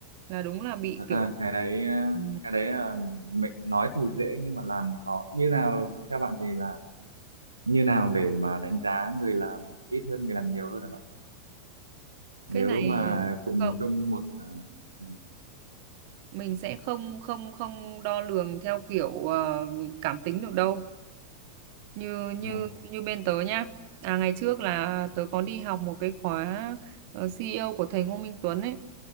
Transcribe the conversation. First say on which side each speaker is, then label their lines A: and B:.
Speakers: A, on the right; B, on the right.
A: là đúng là bị
B: thật
A: kiểu
B: ra cái đấy ờ,
A: ừ,
B: cái đấy là mình nói thì dễ nhưng mà làm thì khó như nào theo bạn thì là như nào để mà đánh giá người làm ít hơn người làm nhiều hơn hả bạn nếu
A: cái này
B: mà cùng
A: không
B: chung một à, ừ,
A: mình sẽ không không không đo lường theo kiểu ờ, cảm tính được đâu như
B: đúng
A: như
B: rồi
A: như bên tớ nhá à ngày trước là tớ có đi học một cái khóa ờ, CEO của thầy Ngô Minh Tuấn ấy